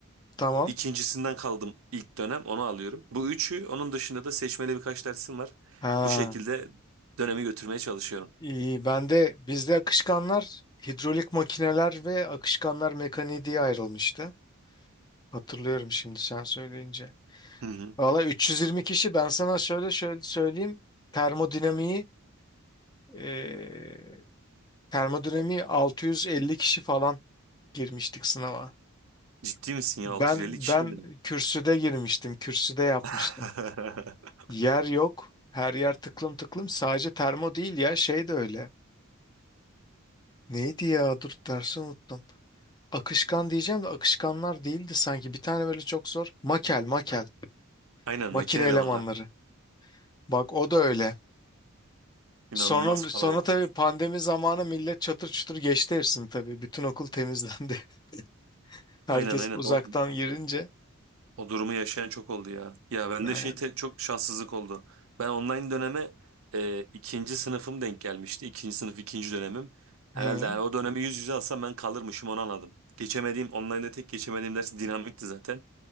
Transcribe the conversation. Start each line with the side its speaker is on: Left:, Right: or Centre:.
Left: Tamam.
Right: İkincisinden kaldım ilk dönem onu alıyorum. Bu üçü onun dışında da seçmeli birkaç dersim var.
Left: Ha.
Right: Bu şekilde dönemi götürmeye çalışıyorum.
Left: İyi ben de bizde akışkanlar hidrolik makineler ve akışkanlar mekaniği diye ayrılmıştı. Hatırlıyorum şimdi sen söyleyince.
Right: Hı hı.
Left: Valla 320 kişi ben sana şöyle şöyle söyleyeyim. Termodinamiği eee termodinamiği 650 kişi falan girmiştik sınava.
Right: Ciddi misin ya
Left: Ben
Right: 650 kişi
Left: ben
Right: ne demek?
Left: kürsüde girmiştim. Kürsüde yapmıştım.
Right: <laughs>
Left: Yer yok. Her yer tıklım tıklım. Sadece termo değil ya şey de öyle. Neydi ya? Dur dersi unuttum. Akışkan diyeceğim de akışkanlar değildi sanki. Bir tane böyle çok zor. Makel, makel.
Right: Aynen
Left: Makine
Right: makine elemanları.
Left: elemanları. Bak o da öyle.
Right: İnanılmaz
Left: Sonra,
Right: kalabalık.
Left: sonra tabii pandemi zamanı millet çatır çutur geçti hepsini tabii. Bütün okul temizlendi. <laughs> Herkes
Right: Aynen aynen
Left: uzaktan
Right: o,
Left: girince.
Right: o durumu yaşayan çok oldu ya. Ya bende
Left: Aynen.
Right: şey te- çok şanssızlık oldu. Ben online döneme e, ikinci sınıfım denk gelmişti. İkinci sınıf ikinci dönemim. Herhalde
Left: Hı.
Right: yani o dönemi yüz yüze alsam ben kalırmışım onu anladım. Geçemediğim online'da tek geçemediğim ders dinamikti zaten.